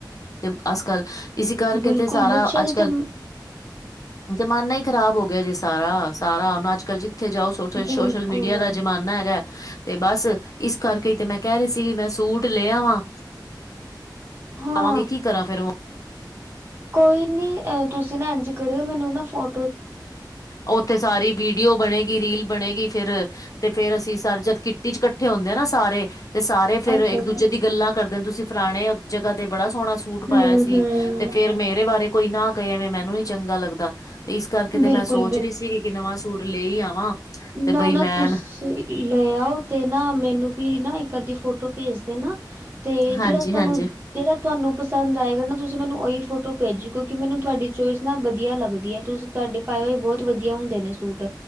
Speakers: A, on the left; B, on the right.
A: ਤੇ ਅੱਜ-ਕੱਲ ਇਸੀ ਕਰਕੇ
B: ਬਿਲਕੁਲ
A: ਤੇ ਸਾਰਾ
B: ਬੱਚਿਆਂ
A: ਅੱਜ-ਕੱਲ
B: ਦੇ ਤੇ
A: ਜਮਾਨਾ ਈ ਖਰਾਬ ਹੋ ਗੇਆ ਜੇ ਸਾਰਾ-ਸਾਰਾ ਹੁਨ ਅੱਜ-ਕੱਲ ਜਿੱਥੇ ਜਾਓ ਸੋ
B: ਬਿਲਕੁਲ
A: ਸੋਸ਼ਲ ਮੀਡੀਆ ਦਾ ਜਮਾਨਾ ਨਾ ਹੈਗਾ ਏ ਤੇ ਬਸ ਇਸ ਕਰਕੇ ਈ ਤੇ ਮੈਂ ਕੈ ਰਈ ਸੀ ਕੇ ਮੈਂ ਸੂਟ ਲੇ ਆਵਾਂ
B: ਹਾਂ
A: ਕਵਾਂਗੀ ਕੀ ਕਰਾਂ ਫੇਰ ਹੁ
B: ਕੋਈ ਨੀ ਅ ਤੁਸੀਂ ਨਾ ਇੰਜ ਕਰੇਓ ਮੈਨੂੰ ਨਾ ਫੋ
A: ਓਥੇ ਸਾਰੀ ਵੀਡੀਓ ਬਨੇ ਗੀ ਰੀਲ ਬਨੇਗੀ ਫੇਰ ਤੇ ਫੇਰ ਅਸੀਂ ਸਾਰੇ ਜਦ ਕਿੱਟੀ ਚ ਕੱਠੇ ਹੁੰਦੇ ਆ ਨਾ ਸਾਰੇ ਤੇ ਸਾ ਤੇ ਫੇਰ
B: ਅੱਛਾ
A: ਇੱਕ
B: ਅੱਛਾ
A: ਦੂਜੇ ਦੀ ਗੱਲਾਂ ਕਰਦੇ ਆਂ ਤੁਸੀਂ ਫਲਾਨੇ ਜਗਾ ਤੇ ਬੜਾ ਸੋਨਾ ਸੂਟ ਪਾਏਆ
B: ਹੂੰ
A: ਸੀ
B: ਹੂੰ
A: ਤੇ ਫੇਰ ਮੇਰੇ ਬਾਰੇ ਕੋਈ ਨਾ ਕਏ ਐਵੇਂ ਮੈਨੂੰ ਨੀ ਚੰਗਾ ਲੱਗਦਾ, ਤੇ ਇਸ ਕਰਕੇ ਤੇ
B: ਬਿਲਕੁਲ
A: ਮੈਂ ਸੋਚ ਰਈ ਸੀਗੀ ਕੇ ਨਵਾਂ ਸੂਟ ਲੇ ਈ ਆਵਾਂ।
B: ਨਾ-ਨਾ
A: ਤੇ ਬਈ ਮੈਂ
B: ਤੁਸੀਂ ਲਏ ਆਓ ਤੇ ਨਾ ਮੈਨੂੰ ਵੀ ਨਾ ਇੱਕ ਅੱਦੀ ਫੋਟੋ ਭੇਜ ਦੇਨਾ। ਤੇ
A: ਹਾਂਜੀ-ਹਾਂਜੀ।
B: ਜੇੜਾ ਤੁਆਨੂੰ ਜੇੜਾ ਤੁਆਨੂੰ ਪਸੰਦ ਆਏਗਾ ਨਾ ਤੁਸੀਂ ਮੈਨੂੰ ਓਈ ਫੋਟੋ ਭੇਜੋ ਕਿਓਂਕਿ ਮੈਨੂੰ ਤੁਆਡੀ ਚੋਇਸ ਨਾ ਵਦੀਆ ਲੱਗਦੀ ਐ ਤੁਸ ਤੁਆਡੇ ਪਾਏ ਹੋਏ ਬੋਤ ਵਦੀਆ ਹੁੰਦੇ ਨੇ ਸੂਟ,